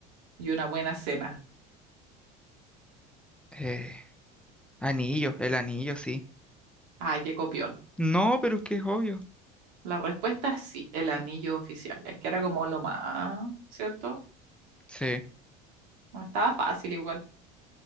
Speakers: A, on the right (about 80°); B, in the centre.
A: y una buena cena.
B: Eh, anillo, el anillo, sí.
A: Ay, qué copión.
B: No, pero es que es obvio.
A: La respuesta es sí, el anillo oficial. Es que era como lo más, ¿cierto?
B: Sí.
A: No estaba fácil igual.